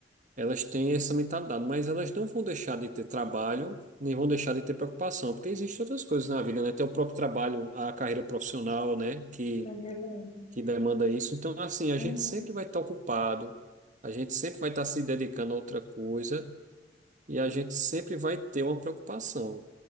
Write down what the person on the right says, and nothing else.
elas têm essa mentalidade, mas elas não vão deixar de ter trabalho, nem vão deixar de ter preocupação, porque existem outras coisas na vida, né? Tem o próprio trabalho, a carreira profissional, né? Que,
que demanda isso. Então, assim, a
gente sempre vai estar ocupado, a gente sempre vai estar se dedicando a outra coisa e a gente sempre vai ter uma preocupação.